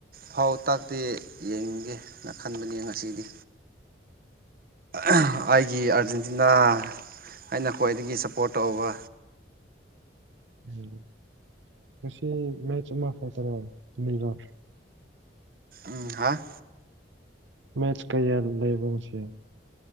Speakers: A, on the right; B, on the right.
A: ꯐꯥꯎꯇꯥꯇꯤ ꯌꯦꯡꯒꯦꯅ ꯈꯟꯕꯅꯤ ꯉꯁꯤꯗꯤ ꯑꯥꯢꯒꯤ ꯑꯥꯔꯖꯦꯟꯇꯤꯅꯥ ꯑꯩꯅ ꯈ꯭ꯋꯥꯏꯗꯒꯤ ꯁꯞꯄꯣꯔꯠ ꯇꯧꯕ
B: ꯎꯝ ꯉꯁꯤ ꯃꯦꯠꯁ ꯑꯃ ꯈꯛꯇꯔꯣ ꯅꯨꯃꯤꯗꯥꯡ
A: ꯎꯝ ꯍꯥ
B: ꯃꯦꯠꯁ ꯀꯌꯥ ꯂꯩꯕꯣ ꯉꯁꯤ